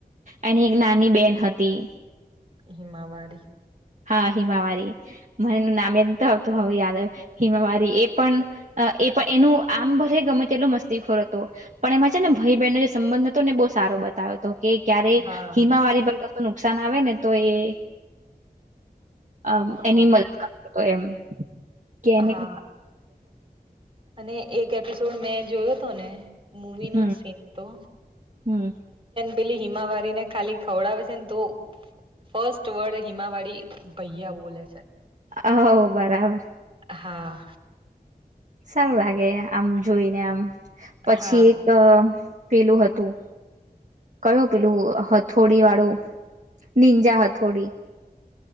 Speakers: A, on the right; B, on the right.
A: એની એક નાની બેન હતી
B: હિમાવાારી
A: હા હિમાવારી મનેનું નામ એ તો આવતું હ યાદ આવે હિમાવારી એ પણ પણ એનું આમ ભરે ગમે તે એટલો મસ્તીખોર હતો પણ એમાં છે ને ભાઈ બહેનનો જે સંબંધ હતો ને બહુ સારો બને બ તો કે ક્યારે
B: હા
A: હિમાવાળ પર કું નુકસાન આવે ને તો એ મ
B: હા
A: એની મદદ કર એમ કેને
B: હા અને એક એપિસોડ મેં જોયો હતો ને મુવી
A: હમ
B: નો જ સીન હતો
A: હમ
B: પેલી હિમાવારી ને ખાલી ખવડાવે છે ને તો ફર્સ્ટ વર્ડ હિમાવાળી ભૈયા બોલે છે
A: અ બરાબર
B: હા
A: સારું લાગે આમ જોઈને આમ પછી
B: હા
A: એક પેલું હતું કયું પેલું હથોડી વાળું નિંજા હા થોડી